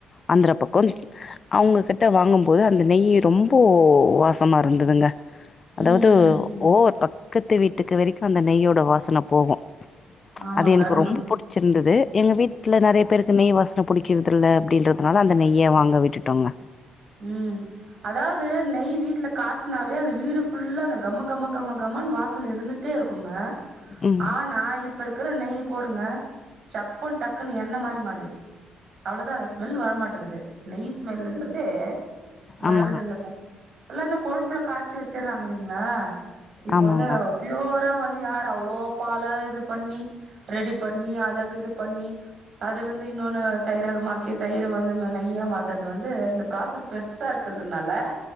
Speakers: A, on the left; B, on the right.
A: அந்திரா பக்கோ அவுங்க கிட்ட வாங்கும்போது அந்த நெய்யி ரொம்ப வாசமா இருந்ததுங்க
B: ம்
A: அதாவது
B: ம்
A: ஓவர் தா பக்கத்து வீட்டுக்கு வரைக்கோ அந்த நெய்யோட வாசன போகு ம்ச்
B: ஆமாங்க
A: அது எனக்கு
B: அரும
A: ரொம்ப புடிச்சிருந்தது எங்க வீட்டுல நெறையா பேருக் இந்த நெய் வாசனை புடிக்கறதில்லலை அப்டின்றதுனால அந்த நெய்யை வாங்க விட்டுட்டோங்க
B: ம் அதாவது நெய் வீட்டுல காய் சுனாவே அந்த வீடு ஃபுல்லா அந்த கம கம கம கமன்னு வாசனை இருந்துட்டே இருக்குங்க
A: ம்
B: ஆ நா இப் ப இருக்கிற நெய் போடுங்க சப்புன்னு டக்குன்னு எண்ணெ மாரி மாறிடுது அவ்ளோதா அந்த ஸ்மல் வர மாட்டேக்குது நெய் ஸ்மல்ன்ற தே வர்றது
A: ஆமாங்க
B: இல்லப்ப எல்லாதா கொழுப்புல காய்சு வச்சடுறாங்க இல்லைங்களா இப்ப
A: ஆமாங்க
B: வந்து பியோரா வந்து யாரு அவ்ளோ பால இது பண்ணி ரெடி பண்ணி அதக்கு இது பண்ணி அதுல இருந்து இன்னொன்னு தயிராக மாக்கி தயிர வந்து நெய்யா மாத்தறது வந்து இந்த பராசஸ் பெருசா இருக்குறதுனால